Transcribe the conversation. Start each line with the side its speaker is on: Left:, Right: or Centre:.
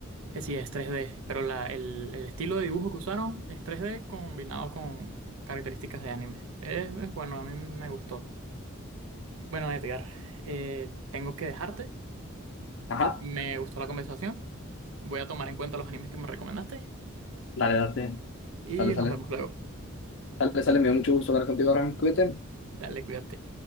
Right: Eh, Sí, es 3D, pero la- el, el estilo de dibujo que usaron es 3D combinado con características de anime. Es, es bueno, a mí me gustó. Bueno, Edgar, eh, tengo que dejarte.
Left: Ajá,
Right: Me gustó la conversación. Voy a tomar en cuenta los animes que me recomendaste
Left: dale, date.
Right: y
Left: Sale, sale.
Right: nos vemos luego.
Left: Sale, sale, me dio mucho gusto hablar contigo ahora. Cuídate.
Right: Dale, cuídate.